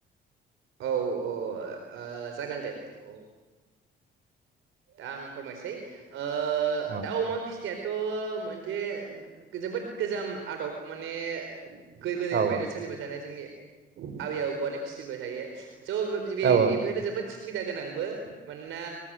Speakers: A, on the right; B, on the right.
A: औ-औ अ ओ जागोन दे औ दा आं फोरमायसै ओ
B: आं
A: दाउ अमा फिसिनायाथ त' मोनसे जोबोद गोजाम आदब माने गै-गोदोनिफ्रायनो
B: औ
A: सोलिबाय थानाय जोंनि आबै-आबौआनो फिसिबाय थायो। स' बो बि-बि-बिफोर
B: औ
A: जोबोद सुबिदा गोनांबो मानोना